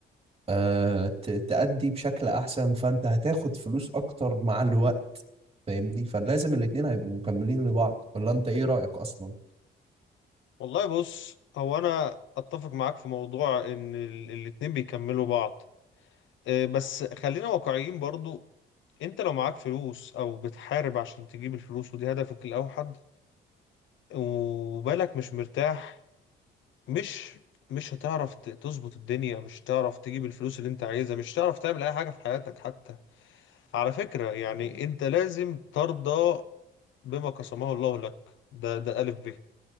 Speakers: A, on the right (about 30°); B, on the left (about 75°).
A: آه، ت- تأدي بشكل احسن فانت هتاخد فلوس اكتر مع الوقت فاهمني فلازم الاتنين هيبقوا مكملين لبعض ولا انت ايه رأيك اصلا
B: والله بص هو انا اتفق معاك في موضوع ان ال- الاتنين بيكملوا بعض آه، بس خلينا واقعيين برضو انت لو معاك فلوس او بتحارب عشان تجيب الفلوس ودي هدفك الاوحد وبالك مش مرتاح مش مش هتعرف ت- تظبط الدنيا مش هتعرف تجيب الفلوس اللي انت عايزها مش هتعرف تعمل اي حاجة في حياتك حتى على فكرة يعني انت لازم ترضى بما قسمه الله لك ده ده ألف ب